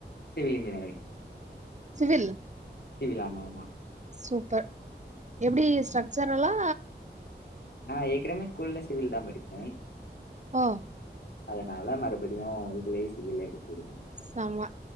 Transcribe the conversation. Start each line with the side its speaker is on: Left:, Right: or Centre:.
Left: சிவில் இன்ஜினியரி
Right: சிவில்
Left: சிவில் ஆமாம்மா
Right: சூப்பர் எப்படி ஸ்ட்ரக்சர்ல்லா
Left: நா ஏக்குனவே கூல்ல சிவில் தா படிப்பேங்
Right: ஓ
Left: அதனால மறுபடியும் இதுலயே சிவில்லே எடுத்துட்டுவன்டே
Right: செம